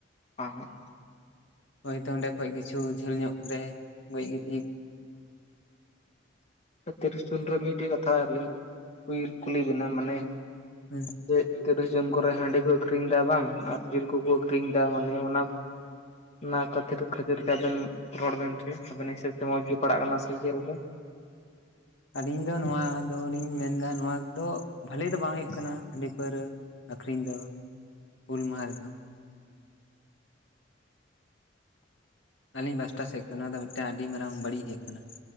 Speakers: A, on the left; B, on the left.
A: ᱚ ᱦᱚᱸᱻ
B: ᱦᱚᱭᱛᱳ ᱚᱸᱰᱮ ᱠᱷᱚᱡ ᱠᱤᱪᱷᱩ ᱡᱷᱟᱹᱞ ᱧᱚᱜ ᱨᱮ ᱜᱚᱡ ᱜᱤᱰᱤ
A: ᱛᱤᱨᱤᱥ ᱡᱩᱱ ᱨᱮ ᱢᱤᱫᱴᱮᱡ ᱠᱟᱛᱷᱟ ᱞᱤᱧ ᱠᱩᱞᱤ ᱵᱮᱱᱟ ᱢᱟᱱᱮ
B: ᱦᱮᱸ
A: ᱡᱮ ᱛᱤᱨᱤᱥ ᱡᱚᱱ ᱠᱚᱨᱮ ᱦᱟᱺᱰᱤ ᱠᱚ ᱟᱹᱠᱷᱨᱤᱧ ᱮᱫᱟ ᱵᱟᱝ ᱟᱨ ᱡᱤᱞ ᱠᱚᱠᱚ ᱟᱹᱠᱷᱨᱤᱧ ᱮᱫᱟ ᱢᱟᱱᱮ ᱚᱱᱟ ᱚᱱᱟ ᱠᱷᱟᱹᱛᱤᱨ ᱠᱷᱟᱹᱛᱤᱨ ᱛᱮ ᱟᱵᱮᱱ ᱨᱚᱲ ᱵᱮᱱ ᱥᱮ ᱟᱵᱮᱱ ᱦᱤᱥᱟᱹᱵᱽ ᱛᱮ ᱢᱚᱡᱽ ᱜᱮ ᱯᱟᱲᱟᱜ ᱠᱟᱱᱟ ᱥᱮ ᱪᱮᱫ ᱞᱮᱠᱟ᱾
B: <unintelligible> ᱟᱹᱞᱤᱧ ᱫᱚ ᱱᱚᱣᱟ ᱫᱚᱞᱤᱧ ᱢᱮᱱᱫᱟ ᱱᱚᱣᱟ ᱫᱚ ᱵᱷᱟᱹᱞᱤ ᱫᱚ ᱵᱟᱝ ᱦᱩᱭᱩᱜ ᱠᱟᱱᱟ ᱦᱟᱺᱰᱤ ᱯᱟᱹᱣᱨᱟᱹ ᱟᱹᱠᱷᱨᱤᱧ ᱫᱚ ᱦᱩᱞ ᱢᱟᱦᱟ ᱨᱮᱫᱚ᱾ ᱟᱹᱞᱤᱧ ᱯᱟᱥᱴᱟ ᱥᱮᱫ ᱠᱷᱚᱱ ᱱᱚᱣᱟ ᱫᱚ ᱢᱤᱫᱴᱟᱝ ᱟᱹᱰᱤ ᱢᱟᱨᱟᱝ ᱵᱟᱹᱲᱤᱡᱽ ᱦᱩᱭᱩᱜ ᱠᱟᱱᱟ᱾